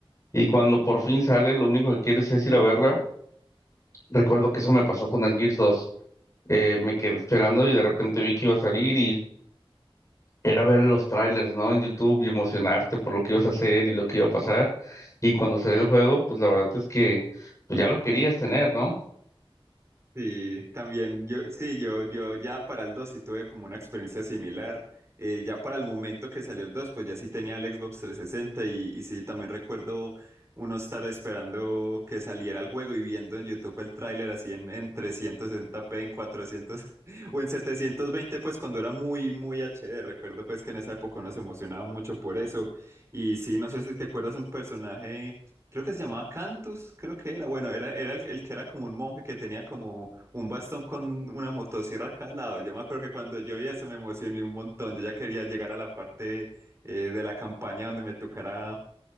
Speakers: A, on the left; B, on the right.
A: y cuando por fin sale, lo único que quieres es ir a verla. Recuerdo que eso me pasó con el Gears dos Eh, me quedé esperando y de repente vi que iba a salir y era ver los trailers, ¿no? En YouTube y emocionarte por lo que ibas a hacer y lo que iba a pasar. Y cuando salió el juego, pues la verdad es que pues, ya lo querías tener, ¿no?
B: Sí, también yo, sí, yo, yo ya para el 2 sí tuve como una experiencia similar. Eh, ya para el momento que salió el 2 pues ya sí tenía el Xbox 360 y, y sí, también recuerdo uno estar esperando que saliera el juego y viendo en YouTube el tráiler así en, en 360p, en 400 <laughs> o en 720, pues cuando era muy, muy HD. Recuerdo pues que en esa época uno se emocionaba mucho por eso. Y sí, no sé si te acuerdas un personaje creo que se llamaba Cantus, creo que era, bueno, era, era el, el que era como un monje que tenía como un bastón con una motosierra a cada lado. Yo me acuerdo que cuando yo vi se me emocioné un montón. Yo ya quería llegar a la parte eh, de la campaña donde me tocara